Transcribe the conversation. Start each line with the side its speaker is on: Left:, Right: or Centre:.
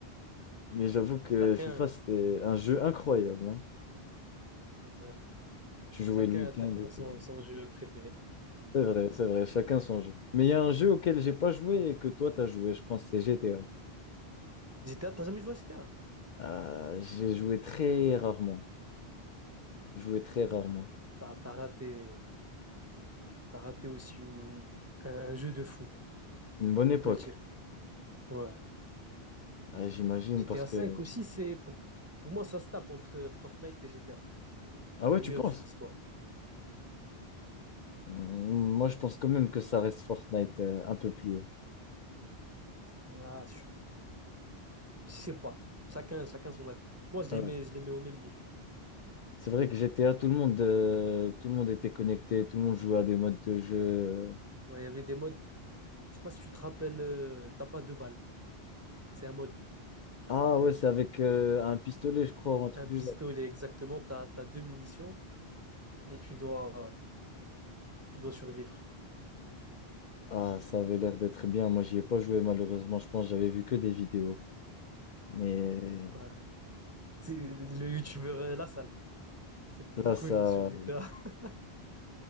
Left: mais j'avoue que
Right: Chacun,
Left: FIFA, c'était un jeu incroyable. hein.
Right: ouais,
Left: Tu jouais
Right: chacun,
Left: le week-end
Right: chacun
Left: et tout.
Right: son, son jeu préféré.
Left: C'est vrai, c'est vrai. Chacun son jeu. Mais il y a un jeu auquel j'ai pas joué et que toi, t'as joué. Je pense que c'est GTA.
Right: GTA, t'as jamais joué à GTA?
Left: Euh, j'ai joué très rarement. Joué très rarement.
Right: Ouais, T'as, t'as raté, t'as raté aussi une- un, un jeu de fou,
Left: Une bonne
Right: on
Left: époque,
Right: peut le dire. Ouais.
Left: Ah, j'imagine,
Right: GTA
Left: parce que...
Right: 5 aussi, c'est pour, pour moi, ça se tape entre euh, Fortnite et GTA,
Left: Ah ouais,
Right: le
Left: tu
Right: meilleur
Left: penses?
Right: jeu d'histoire.
Left: Hum, Moi, je pense quand même que ça reste Fortnite euh, un peu plus haut.
Right: Ah, je, je sais pas. Chacun, chacun son avis. Moi, je
Left: Ouais.
Right: les mets, je les mets au même niveau.
Left: C'est vrai que GTA, tout le monde, euh, tout le monde était connecté, tout le monde jouait à des modes de jeu.
Right: Ouais, Il y avait des modes. Je sais pas si tu te rappelles, euh, t'as pas deux balles. C'est un mode.
Left: Ah ouais, c'est avec euh, un pistolet, je crois, ou un truc
Right: un
Left: du
Right: pistolet
Left: genre.
Right: exactement, t'as, t'as deux munitions et tu dois, tu dois survivre.
Left: Ah, ça avait l'air d'être bien. Moi, j'y ai pas joué, malheureusement. Je pense que j'avais vu que des vidéos. Mais
Right: Ouais. C'est le youtubeur euh, La Salle, c'est le plus
Left: là,
Right: connu
Left: ça.
Right: sur GTA. <laughs>